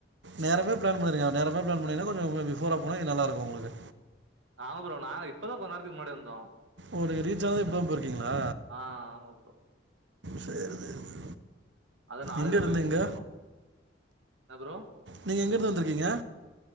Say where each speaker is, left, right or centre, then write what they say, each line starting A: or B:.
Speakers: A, on the right; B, on the right.
A: நேரமே பிளான் பண்ணிருங்க நேரமே பிளான் பண்ணீங்கன்னா கொஞ்சோ பிஃபோரா போனா நல்லாருக்கு ப்ரோ உங்களுக்கு
B: ஆமா ப்ரோ நா இப்பதா கொஞ்ச நேரத்துக்கு முன்னாடி வந்தோ
A: ஒருரீச்சாவதே இப்பதா போயிருக்கீங்ளா
B: ஆ ஆமா ப்ரோ
A: சேரி சேரி செரி
B: அத நாளைக்கு
A: எங்க
B: தான்
A: இருந்து
B: போய் விசிட்
A: எங்க
B: பண்ணோம். என்ன ப்ரோ?
A: நீங்க எங்க இருந்து வந்துருக்கீங்க